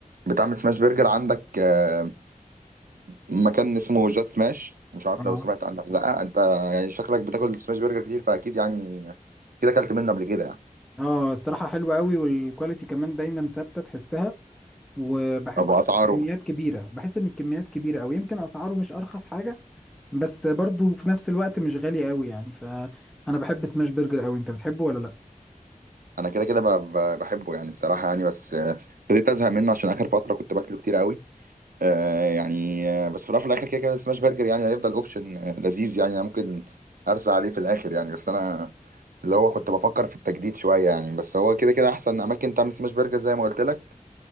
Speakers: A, on the right (about 80°); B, in the centre.
A: بتعمل سماش برجر عندك آه، مكان اسمه جاست سماش مش عارف
B: اه
A: لو سمعت عنه ولا لا انت يعني شكلك بتاكل سماش برجر كتير فاكيد يعني كده اكلت منه قبل كده يعني
B: اه الصراحه حلوه قوي والكواليتي كمان دايما ثابته تحسها وبحس
A: طب اسعاره
B: كميات كبيره بحس ان الكميات كبيره قوي يمكن اسعاره مش ارخص حاجه بس برضو في نفس الوقت مش غالي قوي يعني فانا بحب سماش برجر قوي انت بتحبه ولا لا
A: انا كده كده ب- ب- بحبه يعني الصراحه يعني بس آه، ابتديت ازهق منه عشان اخر فتره كنت باكله كتير قوي آه، يعني آه، بس في الاول وفي الاخر كده كده سماش برجر يعني هيفضل اوبشن آه، لذيذ يعني أنا ممكن ارسى عليه في الاخر يعني بس انا اللي هو كنت بفكر في التجديد شويه يعني بس هو كده كده احسن اماكن تعمل سماش برجر زي ما قلت لك